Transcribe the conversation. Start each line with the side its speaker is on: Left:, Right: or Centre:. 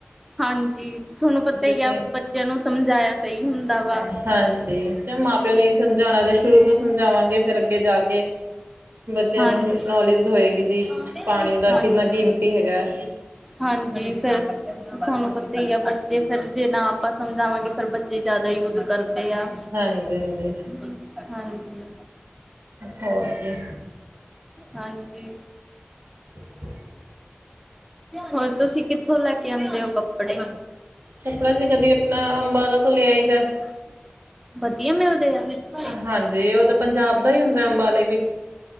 Centre: ਹਾਂਜੀ ਤੁਹਾਨੂੰ ਪਤਾ ਈ
Right: ਕਿਉਂਕਿ
Centre: ਆ, ਬੱਚੇਆਂ ਨੂੰ ਸਮਝਾਇਆ ਸਹੀ ਹੁੰਦਾ ਵਾ।
Right: ਹਾਂਜੀ ਕਿਉ ਮਾਂ ਪਿਓ ਨੇ ਈ ਸਮਝਾਉਣਾ, ਜੇ ਸ਼ੁਰੂ ਤੋਂ ਸਮਝਾਵਾਂਗੇ, ਫੇਰ ਅੱਗੇ ਜਾ ਕੇ ਬੱਚੇਆਂ
Centre: ਹਾਂਜੀ।
Right: ਨੂੰ ਨੌਲੇਜ ਹੋਏਗੀ ਜੀ,
Centre: ਹਾਂਜੀ,
Right: ਪਾਣੀ ਦਾ ਕਿੰਨਾ ਕੀਮਤੀ ਹੈਗਾ ਐ।
Centre: ਹਾਂਜੀ ਫੇਰ ਤੁਹਾਨੂੰ ਪਤਾ ਈ ਆ, ਬੱਚੇ ਫੇਰ ਜੇ ਨਾ ਆਪਾਂ ਸਮਝਾਵਾਂਗੇ ਫੇਰ ਬ ਜੇ ਜਆਦਾ ਯੂਜ ਕਰਦੇ ਆ,
Right: ਹਾਂਜੀ ਹਾਂਜੀ
Centre: ਹਾਂਜੀ।
Right: ਹੋਰ ਜੀ
Centre: ਹਾਂਜੀ।
Right: <unintelligible>
Centre: ਹੋਰ ਤੁਸੀ ਕਿੱਥੋਂ ਲੈ ਕੇ ਆਂਦੇ ਓ ਕੱਪੜੇ?
Right: ਕੱਪੜਾ ਜੀ ਕਦੀ ਅਪਣਾ ਅੰਬਾਲਾ ਤੋਂ ਲੇ ਆਈ ਦਾ ਐ।
Centre: <unintelligible> ਵਧੀਆ ਮਿਲਦੇ ਆ, ਹਾਂ
Right: ਹਾਂਜੀ ਉਹ ਤਾਂ ਪੰਜਾਬ ਦਾ ਹੀ ਹੁੰਦਾ ਅੰਬਾਲੇ ਵੀ